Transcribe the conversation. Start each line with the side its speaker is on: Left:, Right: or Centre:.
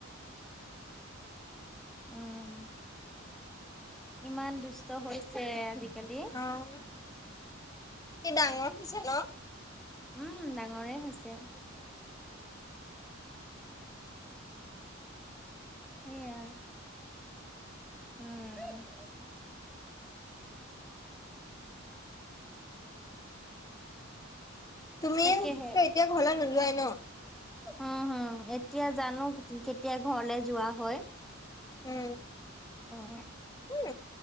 Centre: উম। ইমান দুষ্ট হৈছে আজিকালি।
Left: অ' কি ডাঙৰ হৈছে ন?
Centre: উম ডাঙৰে হৈছে। সেইয়া। উম।
Left: তুমিটো
Centre: তাকেহে
Left: এতিয়া ঘৰলে নোলোৱাই ন?
Centre: উম হম এতিয়া জানো কেতিয়া ঘৰলে যোৱা হয়।
Left: উম।
Centre: অহ।
Left: উম,